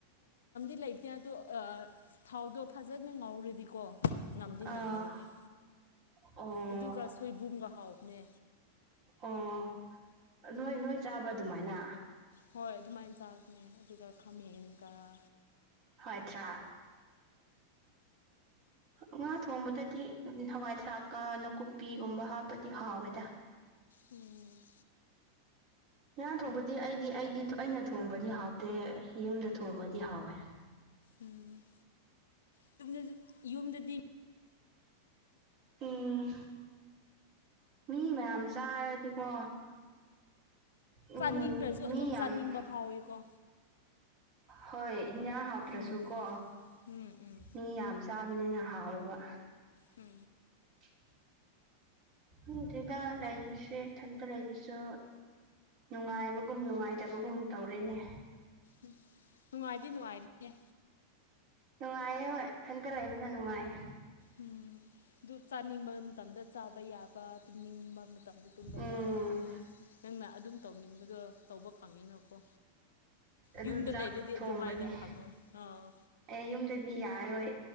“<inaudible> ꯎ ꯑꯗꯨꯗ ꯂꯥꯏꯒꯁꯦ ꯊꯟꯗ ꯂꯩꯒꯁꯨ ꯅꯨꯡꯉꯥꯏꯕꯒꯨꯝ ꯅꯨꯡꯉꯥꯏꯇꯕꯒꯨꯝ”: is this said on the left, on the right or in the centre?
Right